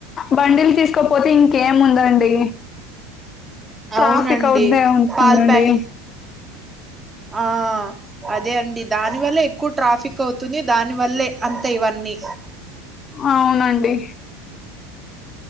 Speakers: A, on the left; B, on the right.
A: బండిల్ తీస్కపోతే ఇంకేముందండి ట్రాఫిక్
B: అవునండి
A: అవుద్ద ఉంటుందండి.
B: పాల్ ప్యాక్ ఆ అదే అండి దాని వల్లే ఎక్కు ట్రాఫిక్ అవుతుంది దాని వల్లే అంత ఇవన్ న్నీ
A: అవునండి